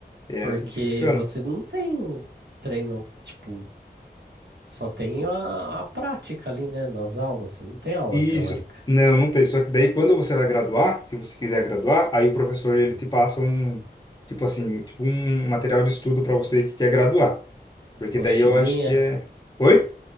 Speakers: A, on the left; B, on the right.
A: É
B: Porque
A: assim que funciona.
B: você não tem treino, tipo, só tem a, a prática ali, né? Nas aulas, você não tem aula
A: Isso.
B: teórica.
A: Não, não tem. Só que daí, quando você vai graduar, se você quiser graduar, aí o professor ele te passa um, tipo assim, tipo um material de estudo para você que quer graduar. Porque
B: Apostilinha,
A: daí eu acho que é. Oi?